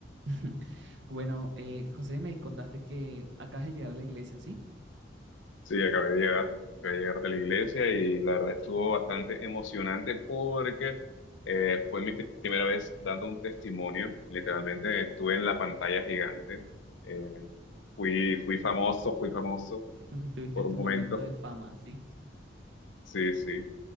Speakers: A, on the right; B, on the left.
A: <laughs> Bueno, eh, José, me contaste que acabas de llegar a la iglesia, ¿sí?
B: Sí, acabé de llegar, acabé de llegar de la iglesia y la verdad estuvo bastante emocionante porque eh, fue mi pri- primera vez dando un testimonio. Literalmente estuve en la pantalla gigante. Eh, fui, fui famoso, fui famoso
A: <laughs> Tuviste
B: por
A: tu
B: un momento.
A: momento de fama, ¿sí?
B: Sí, sí.